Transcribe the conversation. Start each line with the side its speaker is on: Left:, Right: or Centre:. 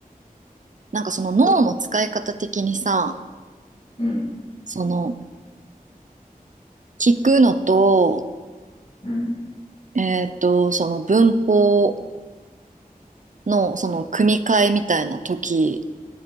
Right: なんかその脳の使い方的にさ、
Left: うん。
Right: その聞くのと、
Left: うん。
Right: えっと、その文法のその組み替えみたいな時